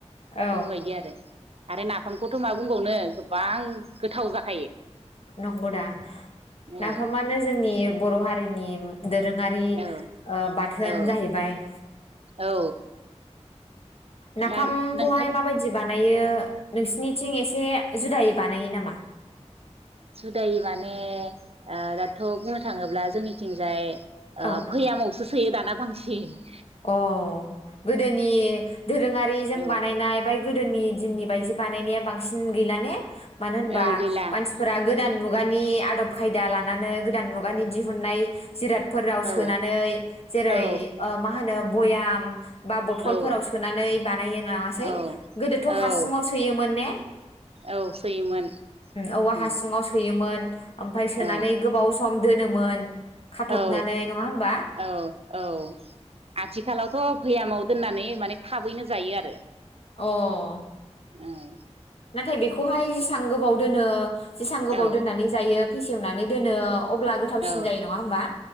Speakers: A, on the left (about 60°); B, on the right (about 60°).
A: औ
B: बेफोरबायदि आरो आरो नाफामखौथ' माबा बुंबावनो गोबां गोथाव जाख
A: नंगौदा
B: औ
A: नाफामानो जोंनि बर' हारि जोंनि दोरोङारि
B: औ
A: बाथोन
B: औ
A: जाहैबाय
B: औ
A: नाफामखौहाय
B: दा नोंथां
A: माबायदि बानायो नोंसिनिथिं एसे जुदायै बानायो नामा
B: जुदाय माने ओ दाथ' बुंनो थाङोब्ला जोंनिथिंजाय
A: औ
B: भैयामावसो सोयो दाना बांसिन सिन
A: अ गोदोनि दोरोङारिजों
B: औ
A: बानायनाय बाय गोदोनि दिननि बायदि बानायनाया बांसिन गैला ने मानो होनबा
B: औ गैला
A: मानसिफोरा गोदान मुगानि आदब खायदा लानानै गोदान मुगानि दिहुननाय जिरादफोराव
B: औ
A: सोनानै जेरै
B: औ
A: ओ होनो बयाम बा बथलफोराव
B: औ
A: सोनानै बानायो नङासै
B: औ
A: गोदोथ'
B: औ
A: हासुङाव सोयोमोन ने
B: औ सोयोमोन
A: औवा
B: औ
A: हासुुंआव सोयोमोन ओमफाय सोनानै
B: औ
A: गोबाव सम दोनोमोन खाथबनानै
B: औ
A: नङा होमबा
B: औ औ आथिखालावथ' फैयामाव दोन होननानै माने थाबैनो जायो आरो
A: ओ अ
B: ओ
A: नाथाय बेखौहाय जेसेबां गोबाव दोनो जेसां गोबाव
B: औ
A: दोननानै जायो फेसेवनानै दोनो अब्ला गोथावसिन
B: औ
A: जायो नङा होमबा